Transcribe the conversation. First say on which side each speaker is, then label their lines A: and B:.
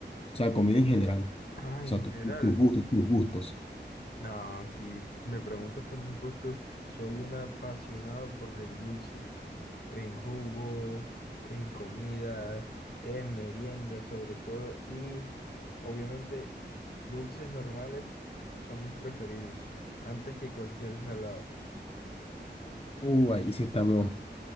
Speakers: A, on the left (about 30°); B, on the left (about 60°).
A: O sea, comida
B: Sí.
A: en general.
B: Ah,
A: O
B: en
A: sea,
B: general.
A: tu- tus gustos, tus gustos.
B: No, si me preguntas por mis gustos, soy un apasionado por el dulce, en jugo, en comidas, en meriendas sobre todo, y obviamente dulces normales son mis preferidos, antes que cualquier salado.
A: Uh, ahí sí estamos